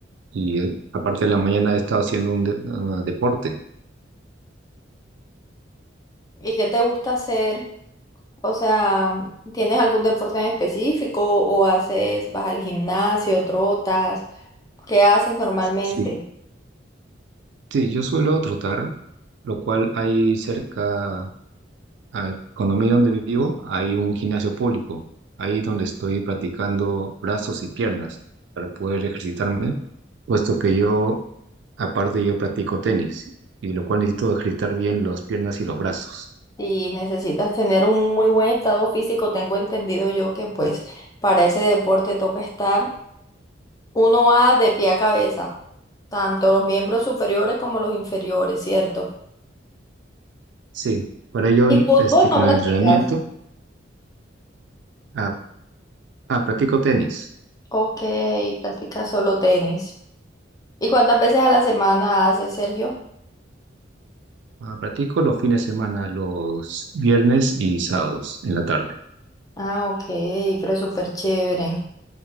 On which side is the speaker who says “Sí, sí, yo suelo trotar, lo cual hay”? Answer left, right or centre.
Right